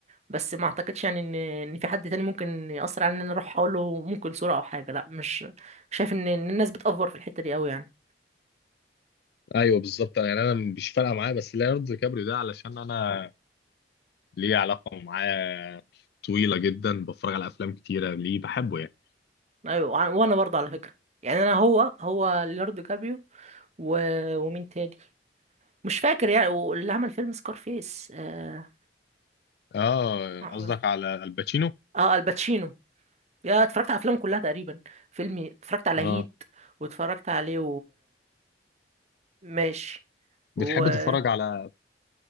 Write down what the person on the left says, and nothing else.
ايوه بالظبط يعني انا مش فارقه معايا بس ليوناردو دي كابري ده علشان انا ليه علاقه معاه طويله جدا بتفرج على افلام كتيره ليه بحبه يعني
اه
قصدك على الباتشينو
اه
بتحب
تتفرج على